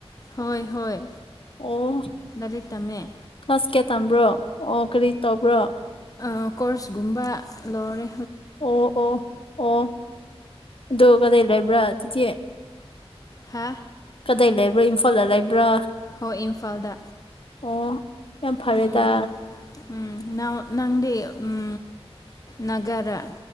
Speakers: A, on the left; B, on the left.
A: ꯍꯣꯏ ꯍꯣꯏ
B: ꯑꯣ
A: ꯂꯥꯏꯔꯤꯛ ꯇꯝꯃꯦ
B: ꯀ꯭ꯂꯥꯁ ꯀꯌꯥ ꯇꯝꯕ꯭ꯔꯣ ꯑꯣ ꯀꯔꯤ ꯇꯧꯕ꯭ꯔꯣ
A: ꯑ ꯀꯣꯔꯁꯀꯨꯝꯕ ꯂꯣꯔꯦ
B: ꯑꯣ ꯑꯣ ꯑꯣ ꯑꯗꯨ ꯀꯗꯥꯏ ꯂꯩꯕ꯭ꯔ ꯑꯗꯨꯗꯤ
A: ꯍꯥ
B: ꯀꯗꯥꯏ ꯂꯩꯕ꯭ꯔ ꯏꯝꯐꯥꯜꯗ ꯂꯩꯕ꯭ꯔ
A: ꯍꯣ ꯏꯝꯐꯥꯜꯗ
B: ꯑꯣ ꯌꯥꯝ ꯐꯔꯦꯗ
A: ꯎꯝ ꯎꯝ ꯅꯥꯎ ꯅꯪꯗꯤ ꯎꯝ ꯅꯒꯔꯥ